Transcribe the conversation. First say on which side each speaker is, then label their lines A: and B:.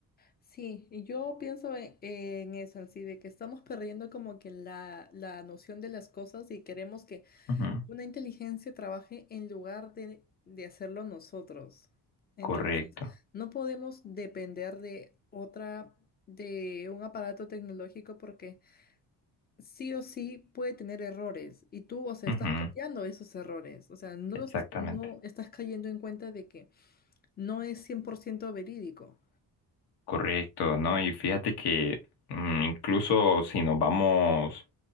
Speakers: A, on the left; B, on the left.
A: Sí, y yo pienso en, en eso, así de que estamos perdiendo como que la, la noción de las cosas y queremos que
B: Ujú,
A: una inteligencia trabaje en lugar de, de hacerlo nosotros. Entonces,
B: Correcto.
A: no podemos depender de otra, de un aparato tecnológico porque sí o sí puede tener errores y tú, o sea,
B: Ujú,
A: estás copiando esos errores, o sea, no
B: Exactamente.
A: los, es- no estás cayendo en cuenta de que no es 100% verídico.
B: Correcto, ¿no? Y fíjate que mm, incluso si nos vamos